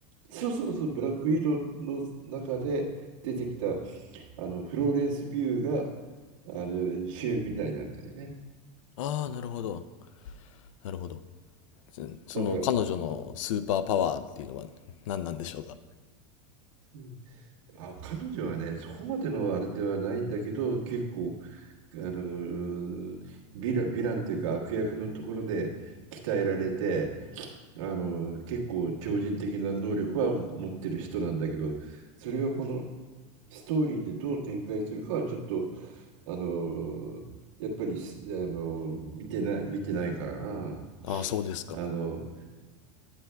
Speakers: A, on the right; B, on the left.
A: そうそうそう、ブラックウィドウの中で出てきた、あの、フローレンス・ビューが、あの、主演みたいなんだよね。
B: ああ、なるほど。なるほど。そその彼女のスーパーパワーっていうのは何なんでしょうか。
A: だから、うんあ、彼女はね、そこまでのあれではないんだけど、結構、あの、ヴィラ、ヴィランというか悪役のところで鍛えられて、あの、結構超人的な能力は持ってる人なんだけど、それがこのストーリーでどう展開するかはちょっと、あの、やっぱりすあの、見てない、見てないからな。
B: ああ、そうですか。
A: あの、